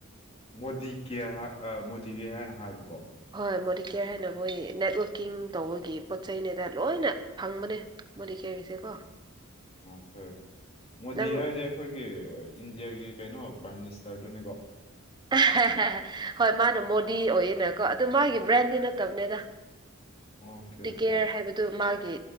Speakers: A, on the left (about 30°); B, on the right (about 20°).
A: ꯃꯣꯗꯤ ꯀꯦꯌꯔ ꯑꯥ ꯃꯣꯗꯤ ꯀꯦꯌꯔ ꯍꯥꯏꯅ ꯍꯥꯏꯕꯀꯣ
B: ꯍꯣꯏ ꯃꯣꯗꯤꯀꯦꯌꯔ ꯍꯥꯏꯅ ꯃꯣꯏꯒꯤ ꯅꯦꯠꯋꯔꯀꯤꯡ ꯇꯧꯕꯒꯤ ꯄꯣꯠ ꯆꯩꯅꯦꯗ ꯂꯣꯏꯅ ꯐꯪꯕꯅꯦ ꯃꯣꯗꯤ ꯀꯦꯔ ꯒꯤꯁꯦ ꯀꯣ
A: ꯑꯣ ꯀꯦ ꯃꯣꯗꯤ
B: ꯅꯪ
A: ꯍꯥꯏꯖꯦ ꯑꯩꯈꯣꯏꯒꯤ ꯏꯟꯗꯤꯌꯥꯒꯤ ꯀꯩꯅꯣ ꯄ꯭ꯔꯥꯏꯝ ꯃꯤꯅꯤꯁꯇꯔꯗꯨꯅꯦꯀꯣ
B: ꯑꯦ ꯍꯦ ꯍꯦ ꯍꯦ ꯍꯣꯏ ꯃꯥꯅ ꯃꯣꯗꯤ ꯑꯣꯏꯌꯦꯅꯀꯣ ꯑꯗꯨ ꯃꯥꯒꯤ ꯕ꯭ꯔꯦꯟꯗꯤ ꯅꯠꯇꯕꯅꯦꯗ
A: ꯑꯣꯀꯦ
B: ꯇꯤ
A: ꯑꯣꯀꯦ
B: ꯀꯦꯌꯔ ꯍꯥꯏꯕ ꯑꯗꯨ ꯃꯥꯒꯤ